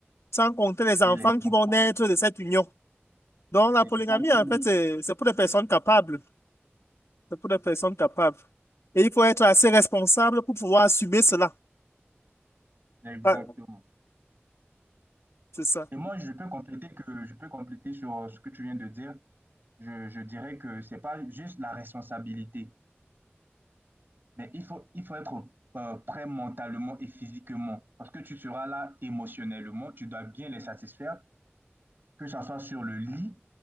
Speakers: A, on the left; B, on the right.
A: sans compter les enfants
B: Et les
A: qui
B: enfants.
A: vont naître de cette union. Donc la
B: Exactement,
A: polygamie, en fait, c'est c'est pour les personnes capables. C'est pour les personnes capables. Et il faut être assez responsable pour pouvoir assumer cela.
B: exactement.
A: Ah, c'est ça.
B: Et moi, je peux compléter que je peux compléter sur euh, ce que tu viens de dire. Je, je dirais que c'est pas juste la responsabilité, mais il faut, il faut être euh, prêt mentalement et physiquement parce que tu seras là émotionnellement. Tu dois bien les satisfaire, que ça soit sur le lit,